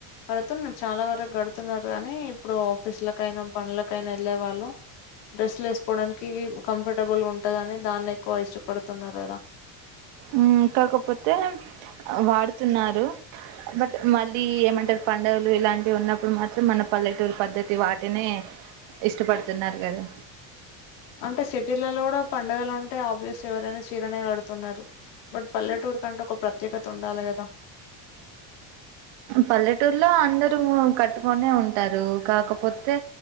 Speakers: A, on the left (about 85°); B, on the right (about 65°).
A: కడుతున్నారు చాలా వరకు కడుతున్నారు కానీ ఇప్పుడు ఆఫీసులకైనా పనులకైనా వెళ్ళే వాళ్ళు డ్రెస్సులు ఏసుకోవడానికి కంఫర్టబుల్ గా ఉంటదని దాన్ని ఎక్కువ ఇష్టపడుతున్నారు కదా
B: ఊ కాకపోతే వాడుతున్నారు బట్ మళ్ళీ ఏమంటారు పండుగలు ఇలాంటివి ఉన్నప్పుడు మాత్రం మన పల్లెటూరు పద్ధతి వాటినే ఇష్టపడుతున్నారు కదా
A: అంటే సిటీలలో కూడా పండగలు ఉంటే ఆబియస్ ఎవరైనా చీరనే కడుతున్నారు బట్ పల్లెటూరు కం ఒక ప్రత్యేకత ఉండాలి కదా
B: పల్లెటూరులో అందరూ కట్టుకొనే ఉంటారు కాకపోతే